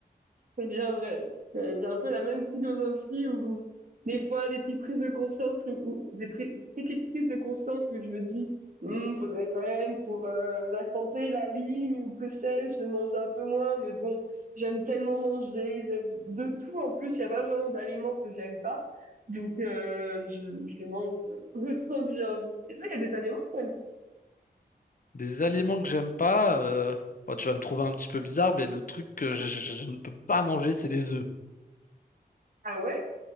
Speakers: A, on the right; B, on the left.
A: C'est bien vrai. c'est un peu la même philosophie où des fois des petites prises de conscience ou ou des pri- petites prises de conscience où je me dis Hmm, faudrait quand même pour euh, la santé, la ligne ou que sais-je, manger un peu moins. Mais bon, j'aime tellement manger, j'aime de tout en plus. Il n'y a pas vraiment d'aliments que j'aime pas. Donc euh, je, je mange le temps que j'ai envie. Et toi, il y a des aliments que t'aimes-
B: Des aliments que j'aime pas, euh, bon, tu vas me trouver un petit peu bizarre, mais le truc que je, je- je ne peux pas manger, c'est les œufs.
A: Ah ouais?